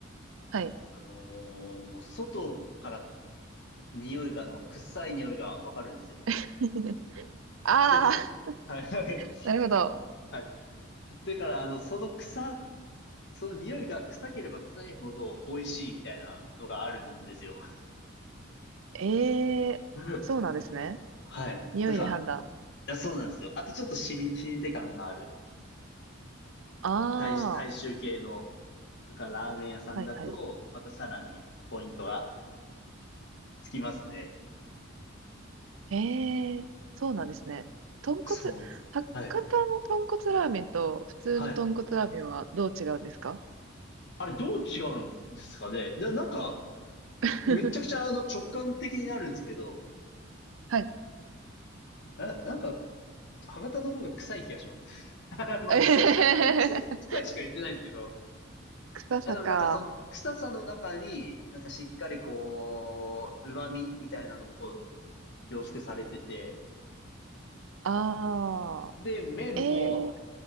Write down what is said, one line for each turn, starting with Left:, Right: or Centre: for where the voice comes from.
Right: はい。
Left: あのーもう外から匂いが、あの、臭い匂いがわかるんですよ。
Right: <laughs> ああ、
Left: で、そ、<laughs> はいはい。
Right: <laughs> なるほど。
Left: はい。だから、あの、その臭、その匂いが臭ければ臭いほど美味しいみたいなのがあるんですよ。
Right: ええ、
Left: <laughs>
Right: そうなんですね。
Left: はい。
Right: 匂いで判断。
Left: なんか、いや、そうなんですよ。あとちょっとしみ、老舗感のある
Right: ああ、
Left: 大、大衆系のだからラーメン屋さんだと、
Right: はいはい。
Left: またさらにポイントがつきますね。
Right: へえ、そうなんですね。豚骨、
Left: そうです。
Right: 博多の豚骨ラーメンと普通の豚骨ラーメンはどう違うんですか
Left: はい。はい。あれ、どう違うんですかねな、なんか、
Right: <laughs>
Left: めちゃくちゃあの直感的になるんですけど、
Right: はい。
Left: な、なんか、博多の方が臭い気がします。<laughs>
Right: <laughs>
Left: まあ、
Right: えへへへへ
Left: 臭いしか、臭臭いしか言ってないんですけど、
Right: 臭さか。
Left: あでもなんかその臭さの中に、なんかしっかりこう、旨味みたいなのもこう、凝縮されてて、
Right: ああ、
Left: で、麺も
Right: ええ、